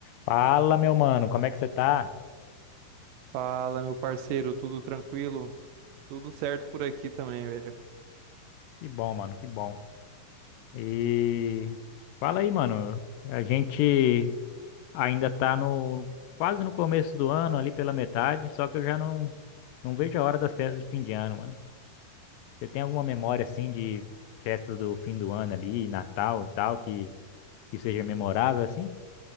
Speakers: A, on the left; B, on the right.
A: Fala, meu mano, como é que você tá?
B: Fala, meu parceiro, tudo tranquilo? Tudo certo por aqui também, velho.
A: Que bom, mano, que bom. E fala aí, mano. A gente ainda tá no quase no começo do ano, ali pela metade, só que eu já não não vejo a hora das festas de fim de ano, mano. Você tem alguma memória assim de festas do fim do ano ali, Natal e tal, que que seja memorável assim?